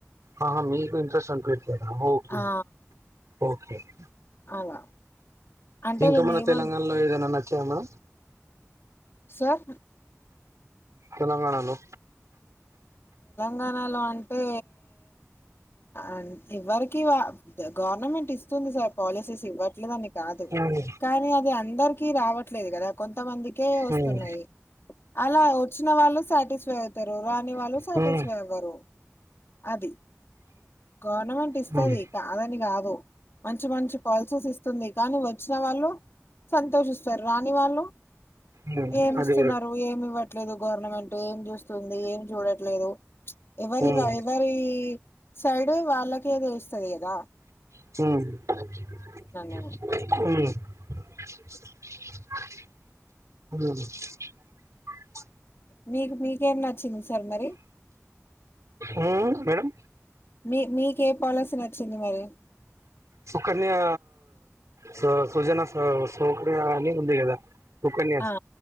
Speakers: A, on the right; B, on the left.
A: ఆహా మీకు ఇంట్రెస్ట్ అనిపియట్ ఓకే
B: ఆ!
A: ఓకే <inaudible>
B: అలా అంటే
A: ఇంకా
B: నేనేమను
A: మన తెలంగాణాలో ఏదైనా న చామా
B: సార్
A: తెలంగాణాలో
B: తెలంగాణలో అంటే అంతే ఇవ్వరికి గవర్నమెంట్ ఇస్తుంది సార్ పాలసీస్ ఇవ్వట్లే అని కాదు
A: హ్మ్
B: కానీ అది అందరి కీ రావట్లేదు కదా కొంతమందికే
A: హ్మ్
B: వస్తున్నాయి అలా వచ్చిన వాళ్ళు సాటిస్ఫై అవుతరు రాని వాళ్ళు సాటిస్వయ్
A: హ్మ్
B: అవ్వరు అది గవర్నమెంట్ ఇస్తది
A: హ్మ్ హ్మ్
B: కాదని కాదు మంచి మంచి పాలసీస్ ఇస్తుంది కానీ వచ్చిన వాళ్ళు సంతోషిస్తు సరె రాని వాళ్లు
A: హ్మ్
B: ఏమి
A: అదే
B: ఇస్తున్నరు
A: కదా
B: ఏమి ఇవ్వ లేదు గవర్నమెంట్ ఏం చూస్తుంది ఏం చూడ లేదు ఎవరి
A: హ్మ్
B: ఎవరి ఈ సైడు వాళ్ళకే తెలుస్తది కదా
A: మ్
B: నేను.
A: మ్ మ్
B: మీకు మీకేం నచ్చింది సార్ మరి
A: హ్మ్ మేడం
B: మీ మీకే పాలసీ నచ్చింది మరి
A: సుకన్యా స సుజన సౌ సౌకర్య అని వుంది గదా సుకన్యా
B: ఆ